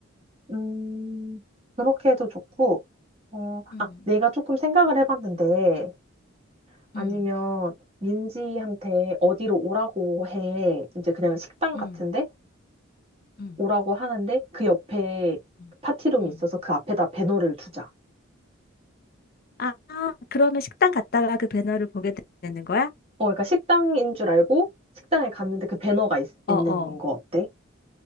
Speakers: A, on the right; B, on the left.
A: 음, 그렇게 해도 좋고, 어,
B: 응,
A: 아, 내가 조금 생각을 해봤는데, 아니면
B: 응,
A: 민지한테 어디로 오라고 해. 이제 그냥 식당 같은데?
B: 응, 응,
A: 오라고 하는데, 그 옆에
B: 응,
A: 파티룸이
B: 응.
A: 있어서 그 앞에다 배너를 두자.
B: 아, 아, 그러면 식당 갔다가 그 배너를 보게 되는 거야?
A: 어, 그러니까 식당인 줄 알고, 식당에 갔는데 그 배너가 있,
B: 어,
A: 있는
B: 어.
A: 거 어때?